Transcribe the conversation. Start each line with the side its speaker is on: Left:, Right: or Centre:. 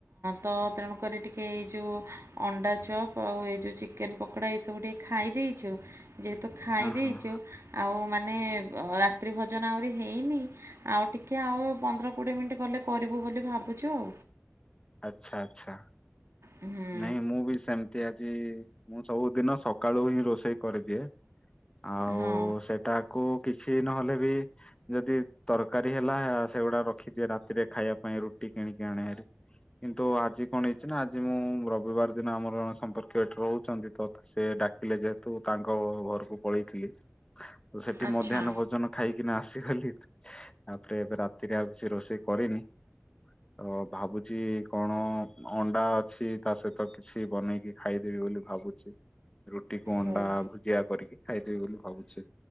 Right: ତ ତେଣୁକରି ଟିକେ ଏଇ ଯୋଉ ଅଣ୍ଡା ଚପ୍ ଆଉ ସେ ଯୋଉ ଚିକେନ ପକଡା ଇଏ ସବୁ ଟିକେ ଖାଇ ଦେଇଛୁ ଯେହେତୁ ଖାଇ
Left: ଅ
Right: ଦେଇଛୁ
Left: ହଁ
Right: ଆଉ ମାନେ ମାନେ ରାତ୍ରି ଭୋଜନ ଆହୁରି ହେଇନି ଆଉ ଟିକିଏ ଆଉ ପନ୍ଦର କୋଡ଼ିଏ ମିନିଟ୍ ଗଲେ କରିବୁ ବୋଲି ଭାବୁଛୁ ଆଉ।
Left: ଆଚ୍ଛା ଆଚ୍ଛା
Right: ହୁଁ,
Left: ନାଇଁ ମୁଁ ବି ସେମିତିଆ ଟି ମୁଁ ସବୁଦିନ ସକାଳୁ ହିଁ ରୋଷେଇ କରିଦିଏ। ଆଉ
Right: ହଁ
Left: ସେଟାକୁ କିଛି ନହେଲେ ବି ଯଦି ତରକାରୀ ହେଲା ସେଗୁଡା ରଖିଦିଏ ରାତିରେ ଖାଇବା ପାଇଁ ରୁଟି ଏ କିଣିକି ଆଇଁଲି ହାରି। କିନ୍ତୁ ଆଜି କଣ ହେଇଛି ନା ଆଜି ମୁଁ ରବିବାର ଦିନ ଆମରଣ ସମ୍ପର୍କୀୟ ଏଠି ରହୁଛନ୍ତି ତ ସେ ସେ ଡାକିଲେ ଯେତୁ ତାଙ୍କ ଘରକୁ ପଳେଇଥିଲି। ସେଠି
Right: ଆଚ୍ଛା
Left: ମଧ୍ୟନ ଭୋଜନ ଖାଇ ନା ସେ ଖାଲି ତାପରେ ଏବେ ରାତିରେ ଆଉ କିଛି ରୋଷେଇ କରିନି। ଅ ଭାବୁ ଚି କଣ ଅଣ୍ଡା ଅଛି ତା ସହିତ କିଛି ବନେଇକି ଖାଇଦେବି ବୋଲି ଭାବୁଛି। ରୁଟିକୁ ଅଣ୍ଡା
Right: ହଉ
Left: ଭୁଜିଆ କରିକି ଖାଇଦେବି ବୋଲି ଭାବୁଛି।